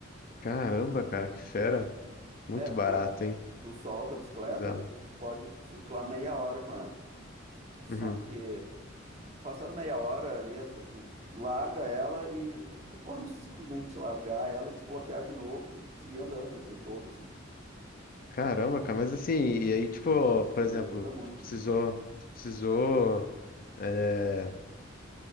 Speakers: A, on the left (about 45°); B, on the right (about 35°).
A: Caramba,
B: Dá.
A: cara, que fera! Muito
B: É, tu,
A: barato, hein?
B: tu solta a bicicleta,
A: Bizarro.
B: daí tu pode circular meia hora com ela. Só
A: Uhum.
B: que, passado meia hora ali, as- tu larga ela e tu <laughs> pode simplesmente largar ela e desbloquear de novo e seguir andando o dia todo, assim.
A: Caramba, cara, mas assim, e aí, tipo, por exemplo,
B: Me ajuda muito
A: tu precisou,
B: aqui.
A: tu precisou, é,